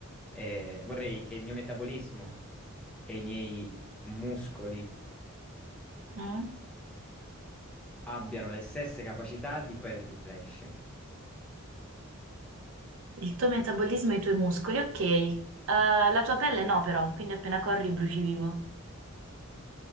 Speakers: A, in the centre; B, on the right.
A: E vorrei che il mio metabolismo e i miei muscoli
B: Mm. <coughs>
A: abbiano le stesse capacità di quelle di Flash.
B: Il tuo metabolismo e i tuoi muscoli, ok. Eh, la tua pelle no, però, quindi appena corri bruci vivo.